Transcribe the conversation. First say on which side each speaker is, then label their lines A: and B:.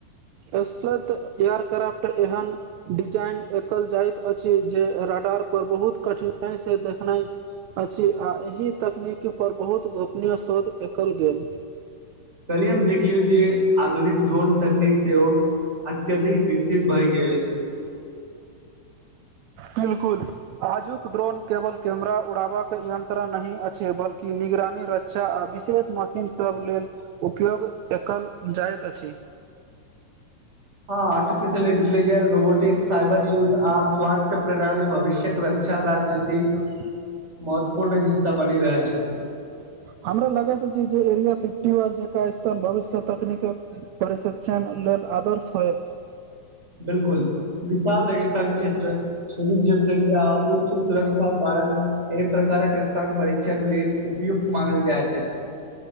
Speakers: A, on the right; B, on the right.
A: असलत एयर क्राफ्ट एहन डिजाइन एकल जाइत अछि जे रडार पर बहुत कठिनाइ से देखनाइत अछि आ एहि तकनीकीपर बहुत गोपनीय शोध एकल गेल
B: कल्हि हम देख लियौ जे आधुनिक ड्रोन तकनीक सेहो अत्यधिक विकसित भए गल अछी
A: बिलकुल आजुक ड्रोन केबल कैमरा उड़ाबबाक यन्त्र नहि अछि बल्कि निगरानी रच आ विशेष मशीनसब लेल उपयोग एकल जाइत अछि
B: हँ आर्टिफिशियल इन्टेेलिजेंस रोबोटिक्स साइबर युद् आ स्वात प्रणाली भविष्यक रख अच्छा राज्यति
A: <unintelligible>
B: महत्वपूर्ण हिस्सा बनि रहल छथि
A: हमरा लागैत जे एरिया फिफ्टी व भविष्य तकनीकक परेश्चन लेल आदर्श होयत
B: बिलकुल विशाल रेगिस्तानी क्षेत्र सुम जनसंख्या उच्च सुरक्षा कारण एहि प्रकारक स्थान परीक्षण लेल उपयुक्त मानल जायत अछि